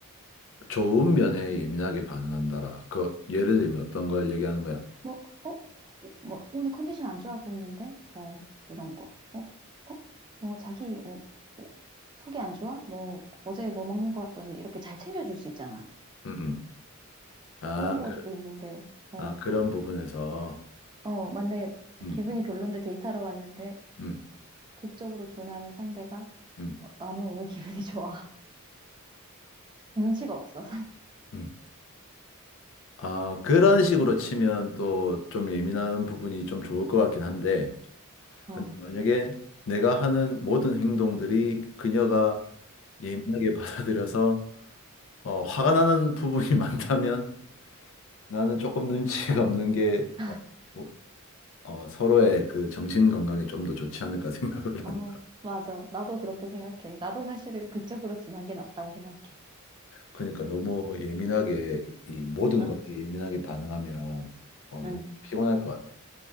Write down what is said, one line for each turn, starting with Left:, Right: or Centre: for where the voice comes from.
Left: 좋은 면에 예민하게 반응한다라. 그 예를 들면 어떤 걸 얘기하는 거야?
Right: 뭐, 어? 뭐, 오늘 컨디션 안 좋아 보이는데? 어, 이런 거. 어? 어? 뭐, 자기, 어, 어, 속이 안 좋아? 뭐, 어제 뭐 먹는 거 같더니 이렇게 잘 챙겨줄 수 있잖아.
Left: 음, 음. 아,
Right: 그런 것도
Left: 그,
Right: 있는데, 어,
Left: 아, 그런 부분에서
Right: 어, 만약에
Left: 음,
Right: 기분이 별론데 데이트하러 왔는데
Left: 음,
Right: 극적으로 둔한 상대가
Left: 음,
Right: 어, 나는 오늘 기분이 좋아. <laughs> 눈치가 없어.
Left: 음. 아, 그런 식으로 치면 또 좀 예민한 부분이 좀 좋을 것 같긴 한데
Right: <laughs>
Left: 근데 만약에 내가 하는 모든 행동들이 그녀가 예민하게 <laughs> 받아들여서 어, 화가 나는 부분이 <laughs> 많다면 나는 조금 눈치가 없는 게
Right: 어.
Left: 어, 뭐, 어, 서로의 그 정신 건강에 좀 더 좋지 않을까 생각을
Right: 어,
Left: 한다.
Right: 맞아. 나도 그렇게 생각해. 나도 사실은 그쪽으로 둔한 게 낫다고 생각해.
Left: 그러니까 너무 예민하게 이 모든
Right: 응,
Left: 것에 예민하게 반응하면 어, 너무
Right: 응,
Left: 피곤할 것 같아.